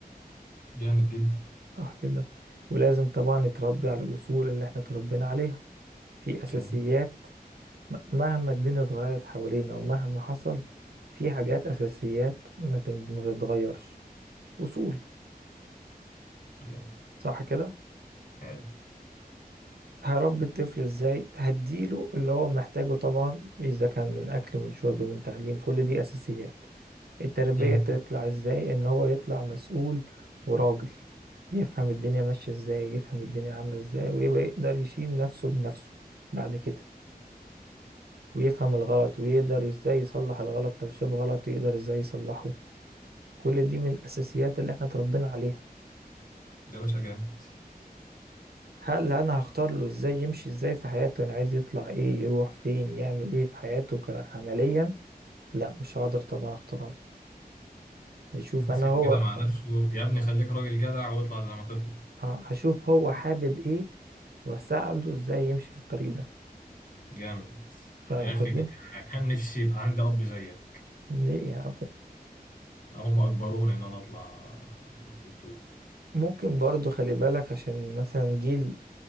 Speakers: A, on the left; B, on the right.
A: جامد جدا
B: صح كده ولازم طبعا يتربي على الأصول اللي احنا اتربينا عليها في
A: جامد
B: أساسيات م- مهما الدنيا اتغيرت حوالينا ومهما حصل في حاجات أساسيات ما تم- ما تتغيرش أصول
A: جامد
B: صح كده
A: حلو
B: هربي الطفل ازاي هديله اللي هو محتاجه طبعا اذا كان من اكل من شرب من تعليم كل دي اساسيات التربية
A: امم.
B: تطلع ازاي ان هو يطلع مسؤول وراجل يفهم الدنيا ماشية ازاي يفهم الدنيا عاملة ازاي ويبقى يقدر يشيل نفسه بنفسه بعد كده ويفهم الغلط ويقدر ازاي يصلح الغلط لو شاف غلط يقدر ازاي يصلحه كل دي من الاساسيات اللي احنا اتربينا عليها
A: ده باشا جامد
B: هل انا هختار له ازاي يمشي ازاي في حياته انا عايز يطلع ايه يروح فين يعمل ايه في حياته ك- عمليا لا مش هقدر طبعا اختار له هشوف انا
A: سيبه
B: هو
A: كده مع نفسه يا ابني خليك راجل جدع واطلع زي ما تطلع
B: ه- هشوف هو حابب ايه واساعده ازاي يمشي في الطريق ده
A: جامد
B: فاهم
A: يا
B: قصدي
A: اخي انا كان نفسي يبقى عندي اب زيك
B: ليه يعني
A: هم اجبروني ان انا اطلع دكتور
B: ممكن برضو خلي بالك عشان مثلا جيل